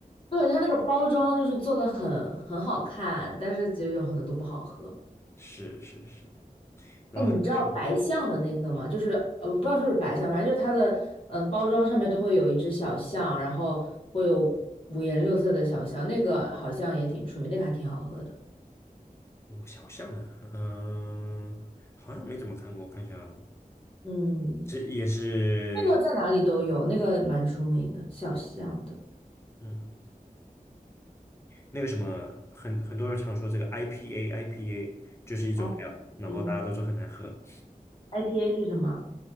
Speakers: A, on the left (about 35°); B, on the left (about 15°).
A: 对，它那个包装就是做的很很好看，但是其实有很多都不好喝。
B: 是是是，然后还
A: 哎，你知道白象的那个吗？就是呃，我不知道是不是白象，反正就是它的嗯、呃包装上面都会有一只小象，然后会有五颜六色的小象，那个好像也挺出名，那个还挺好喝的。
B: 我小象的，嗯、好像没怎么看过，我看一下啊，
A: 嗯，
B: 这也是
A: 那个在哪里都有，那个蛮出名的，小象的。
B: 嗯那个什么很很多人常说这个 IPA IPA 就是一种
A: 嗯
B: L，然后大家都说很难喝，
A: I 嗯，IPA 是什么啊